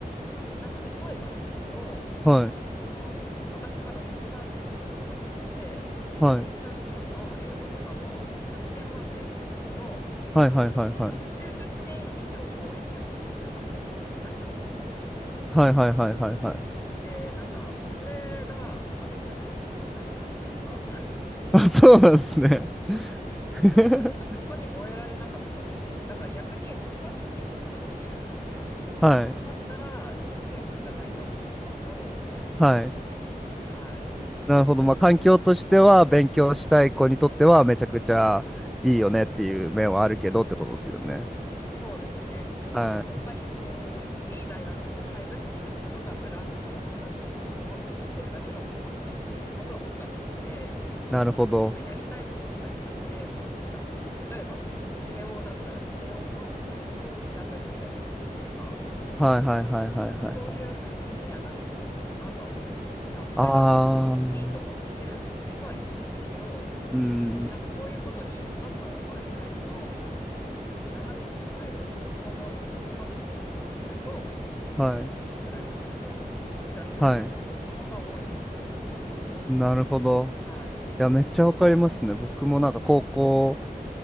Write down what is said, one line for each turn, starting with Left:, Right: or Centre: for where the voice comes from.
Left: なんか例えばですけど、
Centre: はい、
Left: あの、す私まだセンター試験の頃だったんで、
Centre: はい、
Left: センター試験の英語とかも200点満点なんですけど、
Centre: はいはいはいはい。
Left: 190点以上をいかにして取るかみたいな世界になっちゃうんですよ。
Centre: はいはいはいはいはい。
Left: で、なんか、それが私は結構興味がなかったというか、<laughs>
Centre: あ、そうなんですね。<laughs>
Left: なんかそこに燃えられなかったですね。だから逆にそこにフィットできる
Centre: はい、
Left: だったら全然苦じゃないとは思うんですけど、
Centre: はい。
Left: はい。
Centre: なるほど。まあ環境としては勉強したい子にとってはめちゃくちゃいいよねっていう面はあるけどってことですよね。
Left: そうですね。ただ、
Centre: はい。
Left: やっぱりその、いい大学に入るっていうことがブランドだと思ってるだけのことかも、その分多かったんで、
Centre: なるほど。
Left: まあやりたいこととかじゃなくて、もうとにかくた、例えば、慶応だったら慶応の学部を手当たり次第受けてる子とか、
Centre: はいはいはいはいはいはい。
Left: なんかそういう感じにはなっちゃってたなとは思います。なんかそれがいい、
Centre: あー、
Left: いいと思ってる人はいいと思うんですけど、
Centre: うん、
Left: なんかそういうことに違和感を覚えるタイプの斜めに構える子供に育ってってると、
Centre: はい、
Left: ちょっと辛い環境、辛いというか疑問が多い環境でしたね。
Centre: はい。なるほど。
Left: はい。
Centre: いや、めっちゃわかりますね。僕もなんか高校、